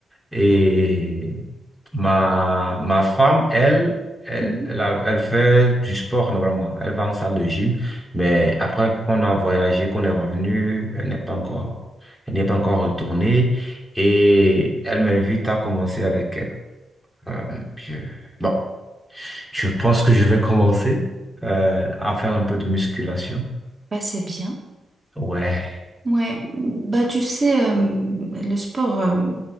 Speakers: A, in the centre; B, on the right.
A: Et ma, ma femme, elle, elle,
B: Mhm.
A: elle, a- elle fait du sport normalement. Elle va en salle de gym. Mais après qu'on a voyagé, qu'on est revenu, elle n'est pas encore, elle n'est pas encore retournée. Et elle m'invite à commencer avec elle. Euh, je- bon, je pense que je vais commencer euh, à faire un peu de musculation.
B: Bah, c'est bien.
A: Ouais,
B: Ouais, bah tu sais, euh, le sport, euh,